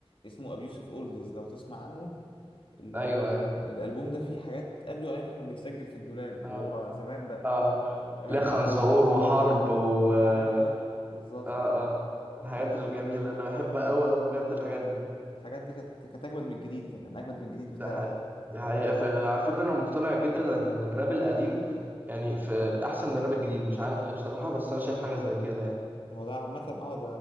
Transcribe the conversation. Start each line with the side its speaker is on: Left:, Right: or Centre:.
Left: اسمه ابي يوسف اولدز لو تسمع عنه ال-
Right: ايوه
Left: آه،
Right: ايوه
Left: الالبوم ده فيه حاجات ابيو ايام ما كان بيسجل في الدولاب
Right: اه
Left: وهو زمان بقى
Right: اه
Left: الاغاني
Right: لا
Left: بتاعته
Right: خنزقور
Left: جامدة.
Right: وحرب و اه
Left: ايوه بالظبط
Right: اه اه. الحاجات
Left: لا،
Right: الجميله انا بحب قوي قوي بجد الحاجات دي
Left: الحاجات دي كانت كانت اجمد من الجديد كمان اجمد من الجديد بتاعه
Right: ده حقيقة ده حقيقه فعلا على فكره انا مقتنع جدا ان الراب القديم يعني في احسن من الراب الجديد مش عارف ليه بصراحه بس انا شايف حاجه زي كده يعني
Left: هو ده عامة اه